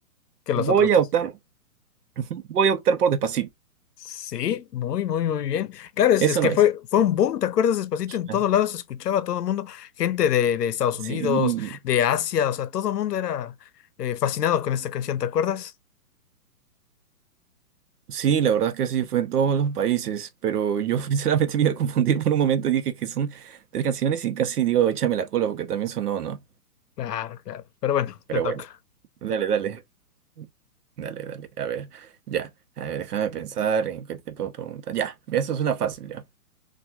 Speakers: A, on the left; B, on the right.
A: que los
B: Voy
A: otros
B: a optar, <laughs> voy a optar por Despacito.
A: Sí, muy, muy, muy bien. Claro, es,
B: Eso
A: es que
B: no es.
A: fue, fue un boom, ¿te acuerdas? Despacito en todos
B: Ah,
A: lados se escuchaba a todo el mundo, gente de, de Estados
B: Sí.
A: Unidos,
B: Sí,
A: de Asia, o sea, todo el mundo era eh, fascinado con esta canción, ¿te acuerdas?
B: sí, la verdad es que sí, fue en todos los países, pero yo <laughs> sinceramente me iba a confundir por un momento y dije que son tres canciones y casi digo, échame la cola porque también sonó, ¿no?
A: Claro, claro. Pero bueno,
B: Pero
A: te toca.
B: bueno, dale, dale, dale, dale, a ver, ya, a ver, déjame pensar en qué te puedo preguntar. Ya, mira, eso es una fácil, ya.